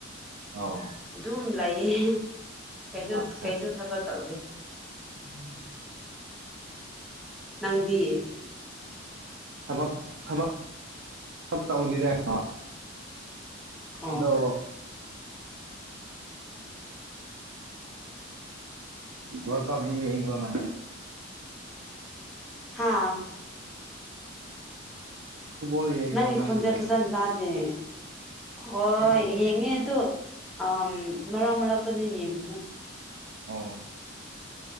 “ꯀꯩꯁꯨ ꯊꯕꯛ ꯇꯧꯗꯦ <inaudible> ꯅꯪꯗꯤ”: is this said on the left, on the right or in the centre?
Centre